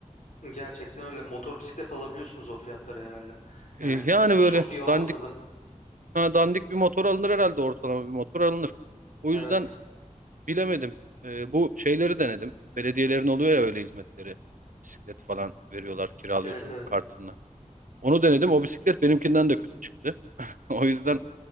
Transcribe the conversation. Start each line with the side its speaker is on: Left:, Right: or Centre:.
Left: Gerçekten öyle. Motor bisiklet alabiliyorsunuz o fiyatları herhalde. Yani
Right: Ee, yani
Left: çok
Right: böyle
Left: iyi olmasa
Right: dandik
Left: da.
Right: ha, dandik bir motor alınır herhalde ortalama bir motor alınır. O
Left: Evet.
Right: yüzden Bilemedim. Ee, bu şeyleri denedim. Belediyelerin oluyor ya öyle hizmetleri. Bisiklet falan veriyorlar, kiralıyorsun
Left: Evet evet.
Right: kartını. Onu denedim. O bisiklet benimkinden de kötü çıktı. <laughs> O yüzden
Left: O,